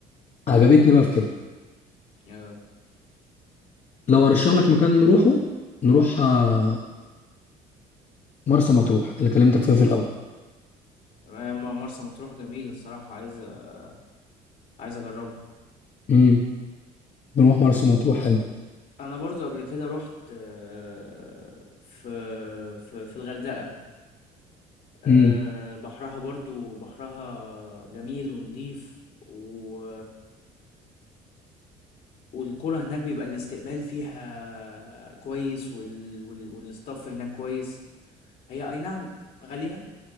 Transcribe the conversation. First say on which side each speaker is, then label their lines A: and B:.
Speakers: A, on the left (about 45°); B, on the left (about 65°).
A: عجبتني بقى في كده
B: آه،
A: لو ارشح لك مكان نروحه نروح آه، مرسى مطروح اللي كلمتك فيها في الاول
B: ما ما مرسى مطروح جميلة الصراحة عايز آآ، عايز أجرّبها.
A: امم نروح مرسى مطروح حلو
B: أنا برضه قبل كده رُحت آه، في في في الغردقة آآ،
A: امم
B: بحرها برضه بحرها جميل ونضيف و والقرى هناك بيبقى الاستقبال فيها كويس وال وال والstaff هناك كويس، هي أي نعم غالية